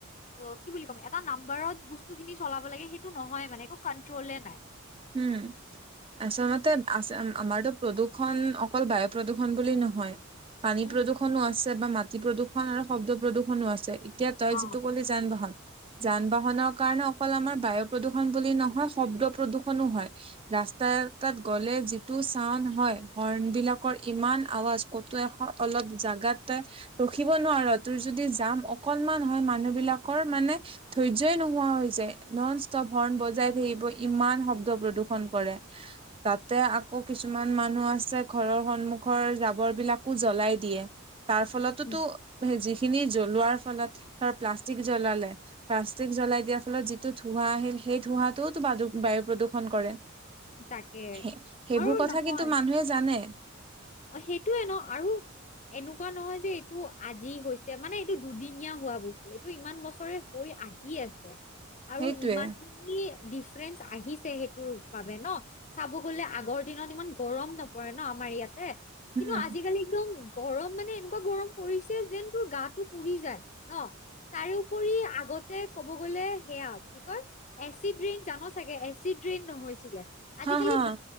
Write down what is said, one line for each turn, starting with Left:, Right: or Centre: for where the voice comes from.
Left: কয় কি বুলি ক'ম এটা নাম্বাৰত বস্তু খিনি চলাব লাগে সেইটো নহয় মানে একো কন্ট্ৰলে নাই
Right: উম আচলতে আ আমাৰতো প্ৰদূৰ্ষন অকল বায়ু প্ৰদূৰ্ষণ বুলি নহয় পানী
Left: উম
Right: প্ৰদূ্ষনো আছে বা মাটি প্ৰদূৰণ আৰু শব্দ প্ৰদূৰনো আছে এতিয়া তই
Left: অ,
Right: যিটো ক'লি যান-বাহন, যান-বাহনৰ কাৰণে অকল আমাৰ বায়ু প্ৰদূষণ বুলি নহয় শব্দ প্ৰদূ প্ৰদূষনো হয় ৰাস্তা এতাত গ'লে যিটো চাউণ্ড হয়, হৰ্ণ বিলাকৰ ইমান আৱাজ কতো এখ অলপ জাগাটে ৰখিব নোৱাৰ তোৰ যদি যাম অকনমান হয় মানুহ বিলাকৰ মানে ধৈৰ্য্যই নোহোৱা হৈ যায় নন ষ্টপ হৰ্ণ বজাই থাকিব ইমান শ ব্দ প্ৰদূষণ কৰে তাতে আকৌ কিছুমান মানুহ আছে ঘৰৰ সন্মুখৰ জাবৰ বিলাকো জ্বলাই দিয়ে তাৰ ফলতোতো
Left: উম,
Right: সে যিখিনি জ্বলোৱাৰ ফলত, ধৰ প্লাষ্টিক জ্বলালে প্লাষ্টিক জ্বলাই দিয়াৰ ফলত যিটো ধোঁৱা আহিল সেই ধোঁৱাটো বাদু বায়ু প্ৰদূষণ কৰে।
Left: তাকে
Right: সে সেইবোৰ
Left: আৰু
Right: কথা
Left: নহয়
Right: কিন্তু মানুহে জানে
Left: অ সেইটোয়ে ন আৰু এনেকুৱা নহয় যে এইটো আজি হৈছে মানে এইটো দুদিনীয়া হোৱা বস্তু এইটো ইমান বছৰে হৈ আহি আছে আৰু
Right: সেইটোৱে
Left: ইমান কি ডিফেৰেন্স আহিছে সেইটোৰ বাবে ন চাব গলে আগৰ দিনত ইমান গৰম নপৰে ন আমাৰ ইয়াতে
Right: উম।
Left: কিন্তু আজিকালি একদম গৰম মানে এনেকুৱা গৰম পৰিছে যেন তোৰ গাটো পুৰি যায় ন তাৰ ওপৰি আগতে ক'ব গ'লে সেয়া কি কয় এচিড ৰিন জান চাগে এজ এচিড ৰেইন নহৈছিলে আজিকালি
Right: হা হা
Left: ব